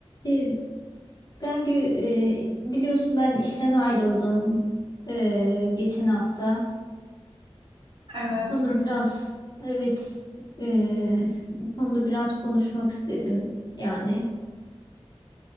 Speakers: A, on the left (about 40°); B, on the right (about 55°).
A: E, ben gö- e, biliyorsun ben işten ayrıldım e, geçen hafta.
B: Evet.
A: Bu Konuda
B: hı hı.
A: biraz evet e, bu konuda biraz konuşmak istedim. Yani